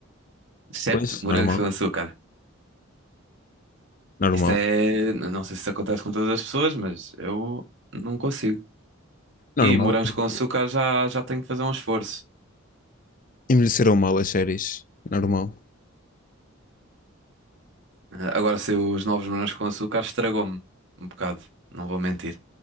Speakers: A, on the right (about 65°); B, on the left (about 40°).
A: Excepto
B: Pois,
A: morangos
B: normal,
A: com açúcar.
B: normal,
A: Isto é, n- não sei se isso acontece com todas as pessoas, mas eu não consigo.
B: normal,
A: E morangos
B: porque
A: com açúcar já, já tenho que fazer um esforço.
B: envelheceram mal as séries. Normal.
A: Ah, Agora sei os novos morangos com açúcar estragou-me um bocado, não vou mentir.